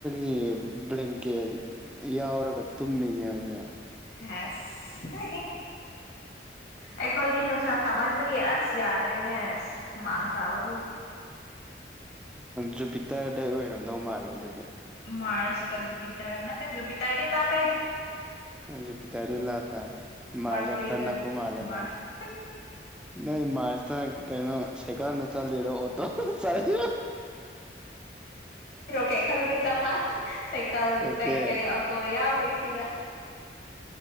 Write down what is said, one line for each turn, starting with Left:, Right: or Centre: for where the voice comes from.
Centre: ꯒꯤ ꯕ꯭ꯂꯦꯡꯀꯦꯠ ꯌꯥꯎꯔꯒ ꯇꯨꯝꯃꯤꯅꯦ ꯍꯧꯁꯦ
Left: ꯑꯥꯁ ꯑꯩꯈꯣꯏꯗꯤ ꯅꯨꯡꯁꯥ ꯁꯥꯃꯟꯕꯒꯤ ꯑꯁ ꯌꯥꯗ꯭ꯔꯦꯅꯦ ꯑꯁ ꯍꯨꯃꯥꯡ ꯁꯥꯕꯗꯨ
Centre: ꯖꯨꯄꯤꯇꯔꯗꯩ ꯑꯣꯏꯔꯝꯗꯧ ꯃꯥꯜꯂꯦ ꯑꯗꯨꯗꯤ
Left: ꯃꯥꯔꯁ ꯀ ꯖꯨꯄꯤꯤꯇꯔ ꯅ ꯖꯨꯕꯤꯇꯔꯗꯤ ꯂꯥꯄꯦ
Centre: ꯃ ꯄꯇꯥꯗꯤ ꯂꯄ ꯃꯥꯥꯖ
Left: ꯃꯔꯀꯨꯔꯤꯒ
Centre: ꯈꯔꯅꯥ ꯀꯣ ꯃꯥꯂꯦꯒ
Left: ꯃꯥꯔꯁ
Centre: ꯅ ꯃꯥꯔꯖꯇ ꯀꯩꯅꯣ ꯁꯥꯏꯀꯜꯗ ꯆꯠꯂꯤꯔꯣ ꯑꯣꯣ ꯁꯔꯦ
Left: ꯀꯩ ꯈꯔꯅꯦ ꯆꯞ ꯁꯥꯏꯀꯜ
Centre: ꯑꯣꯀꯦ
Left: ꯀꯩꯀꯩ ꯑꯣꯇꯣ ꯌꯥꯎꯗꯦ ꯁꯤꯗ